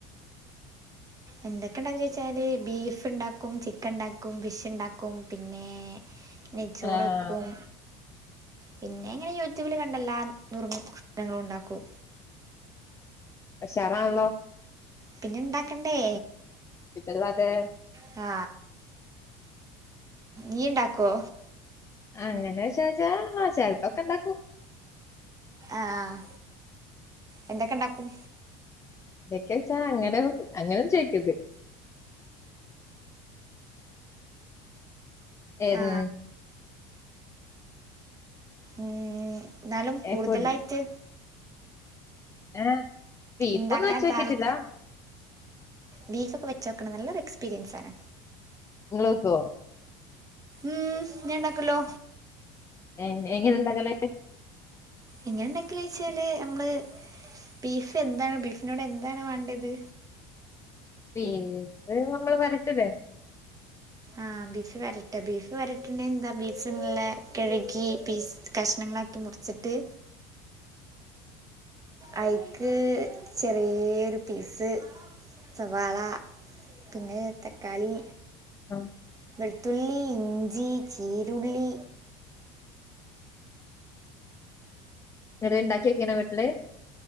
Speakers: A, on the right; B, on the left.
A: എന്തൊക്കെ ഉണ്ടാക്ക ചോയിച്ചാല് ബീഫ് ഉണ്ടാക്കും ചിക്കൻ ഉണ്ടാക്കും ഫിഷ്ണ്ടാക്കും പിന്നെ നെയ്ച്ചോറക്കും
B: ആഹ്
A: പിന്നെ ഇങ്ങനെ യൂട്യൂബിൽ കണ്ട എല്ലാം നുറുങ്ങ് ശ് നങ്ങളും ഉണ്ടാക്കും
B: ഉഷാറാണല്ലോ
A: പിന്നെ ഇണ്ടാക്കണ്ടേ.
B: <unintelligible>
A: ആ ഇയ്യ് ണ്ടാക്കോ?
B: അങ്ങനെ ചോയിച്ചാ ആ ചെലപ്പോക്കെ ഇണ്ടാക്കും
A: ആഹ് എന്തൊക്കെ ണ്ടാക്കും.
B: എന്തൊക്കെ വെച്ചാ അങ്ങനെ അങ്ങനെന്നും ചോയിക്കരുത് ഏത്
A: ആ ഉം എന്നാലും
B: ഏഹ്
A: കൂടുതലായിട്ട്
B: ഫുഡ് ഏ ബീഫൊന്നും
A: ഉണ്ടാക്കാൻ
B: വചോക്കിട്ട്ല്ല.
A: താൽ ബീഫൊക്കെ വെചോക്കണം നല്ലൊരു എക്സ്പീരിയൻസാണ്.
B: നിങ്ങള് വെക്കോ
A: ഉം ഞാൻ ഉണ്ടാക്കുല്ലോ
B: ഏ് എങ്ങനെ ഉണ്ടകലേ
A: എങ്ങനെ ഉണ്ടാക്കെ ചോയിച്ചാല് നമ്മള് ബീഫ് എന്താണ് ബീഫിനോട് എന്താണ് വേണ്ടത്
B: ബീഫ് നമ്മള് വരട്ടല്ലേ
A: ആ ബീഫ് വരട്ടെ ബീഫ് വരട്ടേണ്ട എന്താ ബീഫ നുള്ള കഴുകി പീസ് കഷ്ണങ്ങളാക്കി മുറി ചിട്ട് ആയിക്ക് ചെറിയൊരു പീസ് സവാള പിന്നെ തക്കാളി.
B: ആ
A: വെളുത്തുള്ളി ഇഞ്ചി ചീരുള്ളി
B: എന്തേലും ഇണ്ടാക്കിയിക്കണോ വീട്ടില്